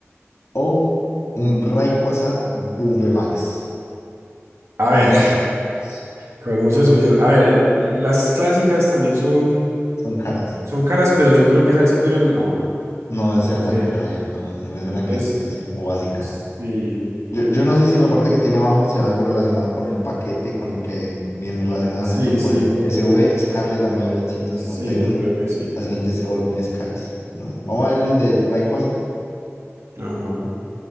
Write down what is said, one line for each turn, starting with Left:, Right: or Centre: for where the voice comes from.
Left: o un Rayquaza V Max?
Right: A
Left: Con
Right: ver,
Left: muchos puntos.
Right: con muchos brillantes. A ver, el- las clásicas también son,
Left: <laughs> Son caras.
Right: son caras, pero yo creo que esa de Squirtle no.
Left: No debe
Right: No
Left: ser
Right: sé.
Left: tan cara, eh, pa, me, me suena que
Right: Entonces,
Left: es, que es como básica.
Right: sí,
Left: Yo, yo no sé si la parte que tiene abajo será algo relacionado con el paquete con el que vienen relacionados
Right: sí,
Left: esto.
Right: sí.
Left: Por ejemplo, S SV Scarlet and Violet ciento
Right: Sí,
Left: cincuenta y uno
Right: yo creo que sí.
Left: La siguiente es Evolving Skies. No sé, Vamos a ver el de Rayquaza.
Right: Ajá.